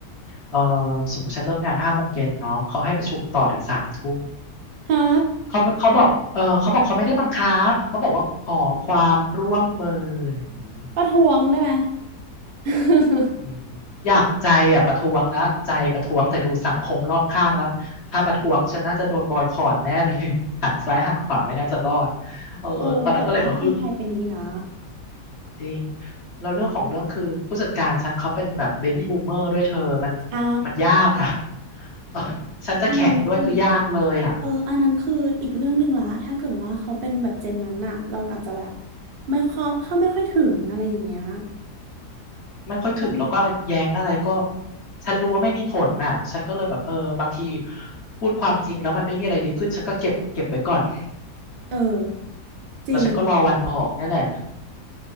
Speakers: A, on the left (about 45°); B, on the right (about 75°).
A: เออสมมติฉันเลิกงานห้าโมงเย็นเนาะเขาให้ประชุมต่อถึงสามทุ่ม
B: ฮะ
A: เขาไม่เขาบอก เออเขาบอกเขาไม่ได้บังคับเขาบอกว่าขอความร่วมมืออย่างนี้
B: ประท้วงได้ไหม <laughs>
A: อืมอยากใจอ่ะประท้วงแล้วใจประท้วงแต่ดูสังคมรอบข้างแล้วถ้าประท้วงฉันน่าจะโดนบอยคอตแน่เลย <laughs> หันซ้ายหันขวาไม่น่าจะรอดเออตอนนั้นก็เลยบอกฮึบ
B: เออแต่ว่าคนไทยเป็นงี้นะ
A: จริงแล้วเรื่องของเรื่องคือผู้จัดการฉันเขาเป็นแบบเบบี้บูมเมอร์ด้วยเธอมัน
B: อ่า
A: มันยากอ่ะ <laughs> เออฉันจะแข่งด้วยคือยากเลยอ่ะ
B: อันนั้นคือเอออันนั้นคืออีกเรื่องหนึ่งละถ้าเกิดว่าเขาเป็นแบบเจนนั้นน่ะเราอาจจะแบบไม่เข้าเข้าไม่ค่อยถึงอะไรอย่างเงี้ย
A: ไม่ค่อยถึงแล้วก็แย้งอะไรก็
B: เ
A: ฉันรู้ว่าไม่มีผลน่ะฉันก็เลยแบบเออบางทีพูดความจริงแล้วมันไม่มีอะไรดีขึ้นฉันก็เก็บเก็บไว้ก่อน
B: ออจริง
A: แล้วฉันก็รอวันออกเนี่ยแหละ